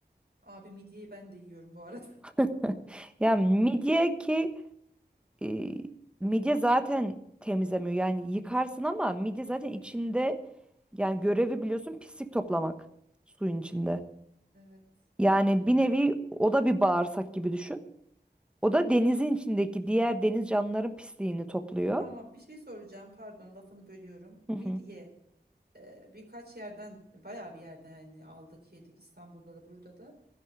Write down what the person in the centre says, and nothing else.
<laughs> Ya midye ki eee, midye zaten temizlemiyor. Yani yıkarsın ama midye zaten içinde yani görevi biliyorsun pislik toplamak suyun içinde.
Yani bir nevi o da bir bağırsak gibi düşün. O da denizin içindeki diğer deniz canlıların pisliğini topluyor.
Hı hı.